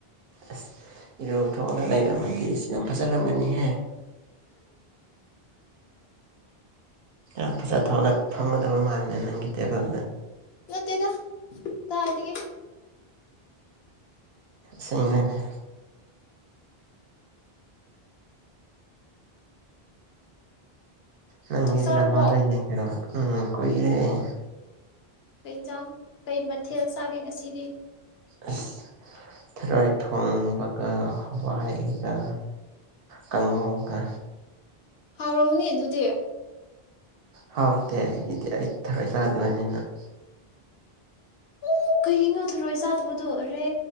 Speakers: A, on the right; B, on the left.
A: ꯑꯁ ꯏꯔꯨ ꯊꯣꯛꯑꯒ ꯂꯩꯔꯝꯃꯗꯤ ꯌꯥꯝ ꯐꯖꯔꯝꯒꯅꯤꯍꯦ ꯌꯥꯝ ꯐꯖ ꯊꯣꯑꯒ ꯐꯝꯒꯗꯕ ꯃꯥꯜꯂꯦ ꯅꯪꯒꯤ ꯇꯦꯕꯜꯗ
B: ꯅꯠꯇꯦꯗ ꯇꯥꯏꯗꯒꯤ
A: ꯐꯨꯜꯅꯦ ꯅꯪꯒꯤ
B: ꯆꯥꯛ ꯆꯥꯔꯕꯣ
A: ꯗ꯭ꯔꯃꯥ ꯅ ꯌꯦꯡꯗ꯭ꯔꯣ ꯑ ꯑꯈꯣꯢꯒꯤ ꯌꯦꯡꯗꯦ
B: ꯀꯩ ꯏꯟꯖꯥꯡ ꯀꯩ ꯃꯊꯦꯜ ꯆꯥꯒꯦ ꯉꯁꯤꯗꯤ
A: ꯑꯁ ꯊꯔꯣꯏ ꯊꯣꯡꯕꯒ ꯍꯋꯥꯏꯒ ꯀꯪꯉꯧꯒ
B: ꯍꯥꯎꯔꯝꯅꯤ ꯑꯗꯨꯗꯤ
A: ꯍꯥꯎꯇꯦ ꯑꯩꯒꯤꯗꯤ ꯑꯩ ꯊꯔꯣꯏ ꯆꯥꯗꯕꯅꯤꯅ
B: ꯎ ꯀꯩꯒꯤꯅꯣ ꯊꯔꯣꯏ ꯆꯥꯗꯕꯗꯨ ꯑꯥꯔꯦ